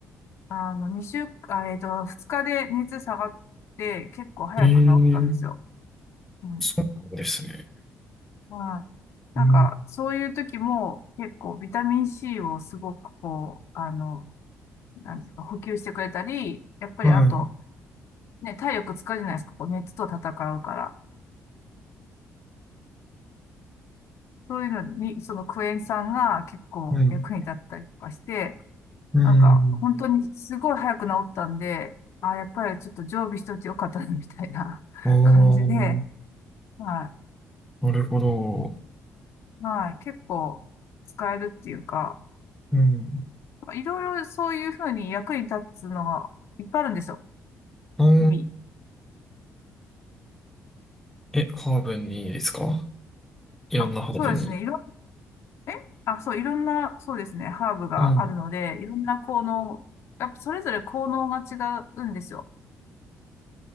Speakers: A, on the left (about 55°); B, in the centre.
A: あの、2週、あ、えっと、2日で熱下がって、結構早く治ったんですよ。
B: えー
A: うん。
B: そうなんですね。
A: はい。なんか、
B: えー
A: そういう時も、結構、ビタミン C をすごく、こう、あの、なんですか、補給してくれたり、やっぱり、
B: はい、
A: あと、ね、体力使うじゃないですか、こう熱と戦うから。そういうのに、そのクエン酸が結構役に立ったりとかして、
B: うん、うん。
A: なんか本当にすごい早く治ったんで、あ、やっぱりちょっと常備しといてよかったな、みたいな <laughs>
B: ああ、
A: 感じで、は
B: なるほど。
A: い。はい。結構使えるっていうか、
B: うん。
A: いろいろそういうふうに役に立つのがいっぱいあるんですよ。
B: あー
A: 日々。
B: え、ハーブにですかいろんなハーブに。
A: あ、そうですね。いろん、えあ、そう、いろんな、そうですね。ハーブがあるので、
B: はい、
A: いろんな効能、やっぱそれぞれ効能が違うんですよ。